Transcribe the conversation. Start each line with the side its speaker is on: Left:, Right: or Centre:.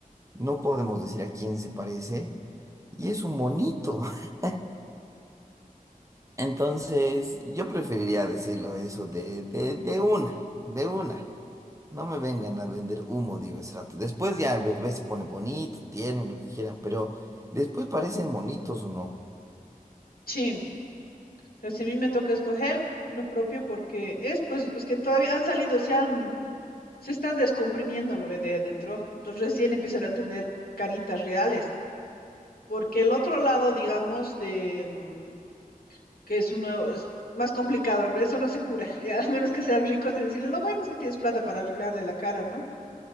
Right: no podemos decir a quién se parece, y es un monito. <laughs> Entonces, yo preferiría decirlo eso de, de, de una, de una. No me vengan a vender humo, digo ese rato. Después ya el bebé se pone bonito, tiene lo que quieran, pero después parecen monitos o no.
Left: sí. O sea, si a mí me toca escoger lo propio porque es pues, pues que todavía han salido, se han, se están descomprimiendo, ¿no ve? De adentro. Entonces recién empiezan a tener caritas reales. Porque el otro lado, digamos, de, mm, que es uno, es más complicado, ¿no? Eso no se cura, <laughs> ya a menos que sean ricos y decirle, lo bueno es que tienes plata para arreglarle la cara, ¿no?